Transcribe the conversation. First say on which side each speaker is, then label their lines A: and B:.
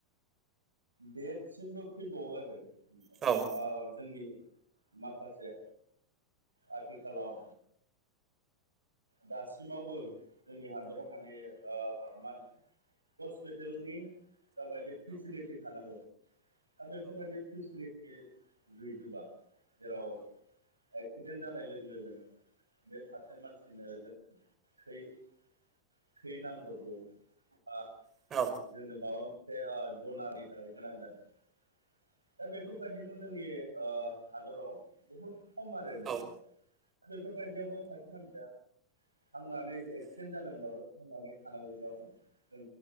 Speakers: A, on the right; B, on the right.
A: देरसिमबो फैबावो आरो।
B: औ
A: ओ जोंनि माखासे आथिखालाव दासिमावबो जोंनि हादराव माने ओ मा होनो हस्पिटेलनि माबायदि फेसिलिटि थानांगौ। दा बेफोरबायदि फेसिलिटि गैजोबा जेराव एक्सिडेन्ट जानाय लोगो लोगोनो बे सासे मानसिनो जों थै नांग्रबगौ बा
B: औ
A: जोंनो माबा मोनसे डनारनि थाखाय गोनां जागोन दा बेफोरबायदिखौ जोंनि ओ हादराव बहुद खम आरो नोंथां
B: औ
A: दा बेफोरबायदियावबो सासे मानसिया थांनानै एक्सिडेन्ट जादोंब्लाबो थांनानै थानांगौब्लाबो जों